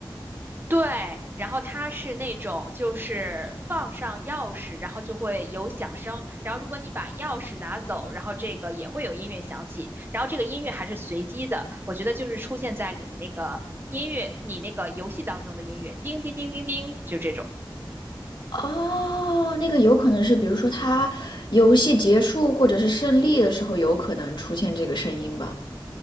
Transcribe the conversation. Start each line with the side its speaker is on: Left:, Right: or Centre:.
Right: 对，然后它是那种就是放上钥匙，然后就会有响声，然后如果你把钥匙拿走，然后这个也会有音乐响起，然后这个音乐还是随机的，我觉得就是出现在你那个音乐，你那个游戏当中的音乐，叮叮叮叮叮，就这种，
Left: 哦，那个有可能是，比如说他游戏结束或者是胜利的时候，有可能出现这个声音吧。